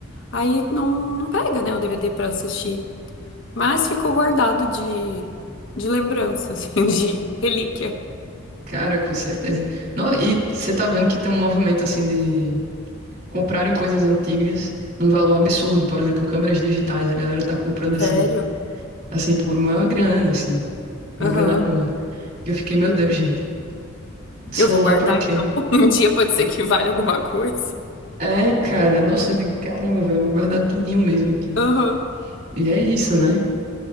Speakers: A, on the left; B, on the right.
A: aí não, não pega, né, o DVD pra assistir. Mas ficou guardado de, de lembrança, <laughs> assim, de relíquia.
B: Cara, com certeza. Não, e você tá vendo que tem um movimento assim de comprarem coisas antigas num valor absurdo. Por exemplo, câmeras digitais, a galera tá comprando assim,
A: Sério?
B: assim, por uma grana, assim, uma
A: Aham.
B: grana boa. E eu fiquei, meu Deus, gente, celular
A: Eu vou guardar,
B: pra quê?
A: então. <laughs> Um dia pode ser que valha alguma coisa.
B: É, cara, nossa, eu digo, caramba, velho, vou guardar tudinho mesmo aqui.
A: Aham.
B: E é isso, né?